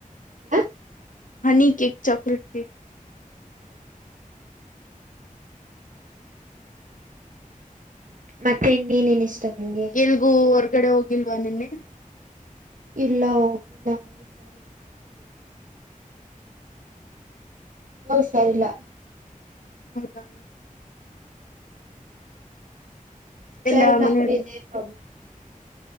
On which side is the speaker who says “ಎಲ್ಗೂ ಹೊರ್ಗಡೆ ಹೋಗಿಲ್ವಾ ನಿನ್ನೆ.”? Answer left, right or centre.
Left